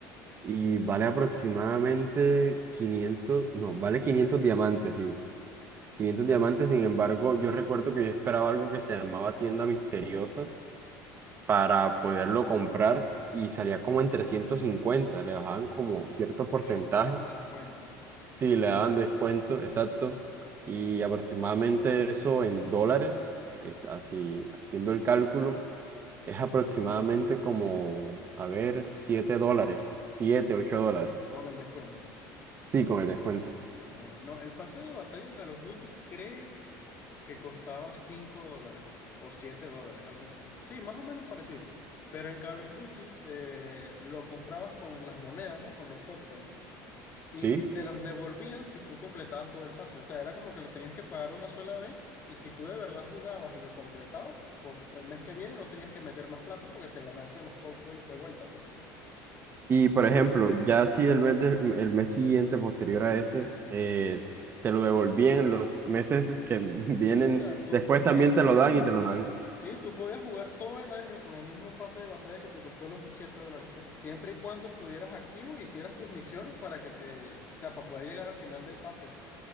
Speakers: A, on the right (about 30°); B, on the left (about 30°).
A: Y vale aproximadamente quinientos no, vale 500 diamantes, sí. quinientos diamantes, sin embargo, yo recuerdo que yo esperaba algo que se llamaba tienda misteriosa para poderlo comprar y salía como en trescientos cincuenta le bajaban como cierto porcentaje,
B: Que te daban descuento.
A: sí, le daban descuento, exacto. Y aproximadamente eso en dólares, es así, haciendo el cálculo, es aproximadamente como, a ver, 7 dólares, siete ocho
B: Ok.
A: dólares,
B: Con el descuento.
A: sí, con el descuento.
B: Ah, no, el pase de batalla en Call of Duty creo que costaba 5 dólares o 7 dólares, algo así. Sí, más o menos parecido. Pero en Call of Duty eh, lo comprabas con las monedas, ¿no? Con los code points. Y
A: ¿sí?
B: te los devolvían si tú completabas todo el pase. O sea, era como que lo tenías que pagar una sola vez y si tú de verdad jugabas y lo completabas, pues el mes que viene no tenías que meter más plata porque te ganaste los code points de vuelta, pues.
A: Y por ejemplo, ya si el mes, de- el mes siguiente, posterior a ese, eh, te lo devolvían los meses que <laughs> vienen,
B: Sí, o sea, tú,
A: después
B: tú podías
A: también
B: jugar.
A: te lo dan y te lo dan.
B: Sí, tú podías jugar todo el año con el mismo pase de batalla que te costó los 7 dólares, pues. Siempre y cuando estuvieras activo y hicieras tus misiones para que te, o sea, para poder llegar al final del pase.